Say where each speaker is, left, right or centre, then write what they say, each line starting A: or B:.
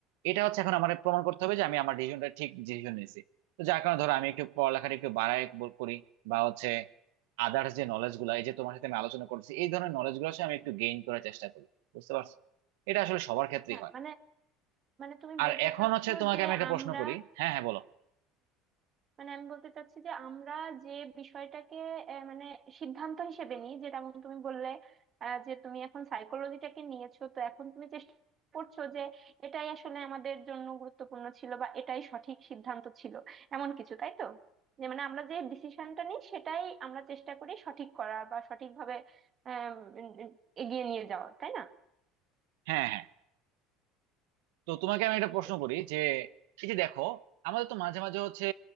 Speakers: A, on the right (about 80°); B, on the right (about 35°).
A: এটা হচ্ছে এখন আমার প্রমাণ করতে হবে যে আমি আমার ডিসিশনটা ঠিক ডিসিশন নিয়েছি তো যার কারণে ধরো আমি একটু পড়ালেখাটা একটু বাড়ায় ব- করি বা হচ্ছে আদার্স যে নলেজ গুলা এই যে তোমার সাথে আমি আলোচনা করছি এই ধরনের নলেজ গুলো হচ্ছে আমি একটু গেইন করার চেষ্টা করি বুঝতে পারছো এটা আসলে সবার ক্ষেত্রেই
B: হ্যাঁ
A: হয়
B: মানে মানে তুমি
A: আর
B: বলতে
A: এখন
B: চাচ্ছো
A: হচ্ছে তোমাকে
B: যে
A: আমি একটা
B: আমরা
A: প্রশ্ন করি হ্যাঁ হ্যাঁ বলো
B: মানে আমি বলতে চাচ্ছি যে আমরা যে বিষয়টাকে আহ, মানে সিদ্ধান্ত হিসেবে নিই যেমন তুমি বললে আহ, যে তুমি এখন সাইকোলজিটাকে নিয়েছো তো এখন তুমি চেষ্টা করছো যে এটাই আসলে আমাদের জন্য গুরুত্বপূর্ণ ছিল বা এটাই সঠিক সিদ্ধান্ত ছিল এমন কিছু তাই তো যে মানে আমরা যে ডিসিশনটা নিই সেটাই আমরা চেষ্টা করি সঠিক করা বা সঠিকভাবে আহ উম, উম, এগিয়ে নিয়ে যাওয়া তাই না
A: হ্যাঁ হ্যাঁ তো তোমাকে আমি একটা
B: বুঝতে
A: প্রশ্ন
B: পেরেছি
A: করি যে এই যে দেখো আমাদের তো মাঝে মাঝে হচ্ছে